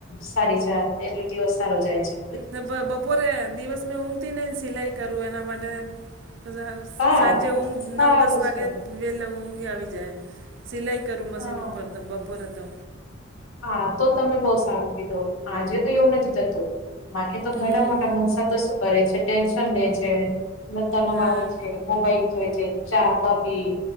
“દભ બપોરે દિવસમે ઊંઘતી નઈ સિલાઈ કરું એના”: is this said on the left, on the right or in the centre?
Right